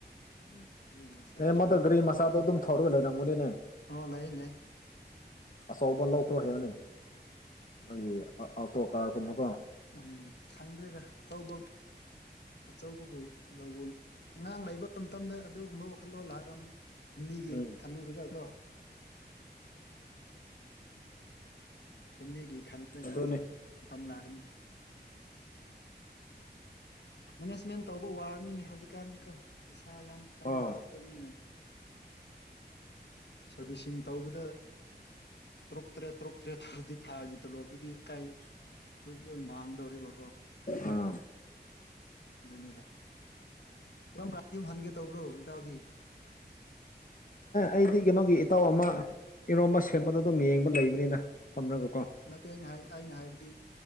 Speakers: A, on the left (about 50°); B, on the left (about 75°).
A: ꯎꯝ
B: ꯑꯗꯨꯒꯤ ꯉꯁꯥꯏꯗ
A: ꯅ ꯃꯗ
B: ꯒꯥꯔꯤ
A: ꯒꯔꯤ ꯃꯆꯥꯗꯣ ꯑꯗꯨꯝ ꯊꯧꯔ ꯂꯣꯏꯔꯝꯒꯅꯤꯅꯦ
B: ꯑꯣ ꯂꯩ ꯂꯩ
A: ꯑꯆꯧꯕ ꯂꯧꯈ꯭ꯔꯣ ꯍꯥꯏꯕꯅꯤ ꯑꯩꯈꯣꯏꯒꯤ ꯑꯣꯜꯇꯣ ꯀꯥꯔꯒꯨꯝꯕꯀꯣ
B: ꯎꯝ ꯈꯪꯗ꯭ꯔꯦꯗ ꯑꯆꯧꯕꯧ ꯑꯆꯧꯕꯕꯨ ꯂꯧꯕꯜ ꯑꯉꯥꯡ ꯂꯩꯕ ꯃꯇꯝꯗ ꯑꯗꯨꯒꯨꯝꯕ ꯋꯥꯈꯜꯂꯣꯟꯣꯜꯂꯥꯛꯑꯒ ꯂꯤꯒꯤ
A: ꯎꯝ
B: ꯈꯜꯂꯨꯔꯒꯀꯣ ꯐꯦꯃꯤꯂꯤꯒꯤ ꯈꯜꯂꯒ
A: ꯑꯗꯨꯅꯦ
B: ꯑꯗꯨꯝ ꯃꯇꯝ ꯂꯥꯛꯒꯅꯤꯗ ꯃꯦꯅꯦꯖꯃꯦꯟ ꯇꯧꯕ ꯋꯥꯔꯅꯤꯅꯦ ꯍꯧꯖꯤꯛꯀꯥꯟꯗꯤꯀꯣ ꯄꯩꯁꯥ ꯌꯥꯝ ꯀꯟꯕ
A: ꯑꯥ
B: ꯊꯣꯛꯇꯕꯅꯤꯅꯦ ꯁꯔꯚꯁꯤꯡ ꯇꯧꯕꯗ ꯇꯣꯔꯛꯇ꯭ꯔꯦ ꯇꯣꯔꯛꯇ꯭ꯔꯦ ꯑꯗꯨꯗꯤ ꯊꯥꯒꯤ ꯇꯂꯣꯞꯗꯨꯗꯤ ꯀꯥꯏ ꯂꯣꯏ ꯃꯥꯡꯗꯧꯔꯤꯕ
A: ꯑꯥ
B: ꯑꯗꯨꯅꯦꯗ ꯀꯔꯝ ꯀ ꯌꯨꯝ ꯍꯟꯒꯦ ꯇꯧꯕ꯭ꯔꯣ ꯏꯇꯥꯎꯗꯤ
A: ꯑꯩꯗꯤ ꯀꯩꯅꯣꯒꯤ ꯏꯇꯥꯎ ꯑꯃ ꯏꯔꯣꯝꯕ ꯁꯦꯝꯕꯗ ꯑꯗꯨꯝ ꯌꯦꯡꯕ ꯂꯩꯕꯅꯤꯅ ꯊꯝꯂꯒꯀꯣ
B: ꯅꯠꯇꯦ ꯑꯩꯅ ꯍꯥꯏ ꯑꯩꯅ ꯍꯥꯏꯕꯗꯤ